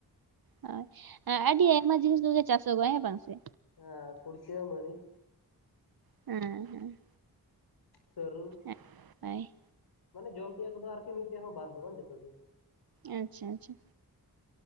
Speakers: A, on the right; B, on the left.
A: ᱦᱳᱭ ᱟᱹᱰᱤ ᱟᱭᱢᱟ ᱡᱤᱱᱤᱥ ᱠᱚᱜᱮ ᱪᱟᱥᱚᱜᱚᱜᱼᱟ ᱦᱮᱸ ᱵᱟᱝ ᱥᱮ᱾
B: ᱦᱮᱸ ᱠᱩᱲᱪᱟᱹ ᱢᱟᱨᱤᱡ
A: ᱦᱮᱸ ᱦᱩᱸ᱾
B: ᱥᱟᱹᱨᱩ,
A: ᱦᱮᱸ ᱦᱳᱭ
B: ᱢᱟᱱᱮ ᱡᱚᱢ ᱛᱮᱭᱟᱜ ᱠᱚᱫᱚ ᱟᱨᱠᱤ ᱢᱤᱫᱴᱮᱡ ᱦᱚᱸ ᱵᱟᱫ ᱫᱚ ᱵᱟᱝ ᱡᱚᱛᱚ ᱜᱮ᱾
A: ᱟᱪᱪᱷᱟ ᱟᱪᱪᱷᱟ᱾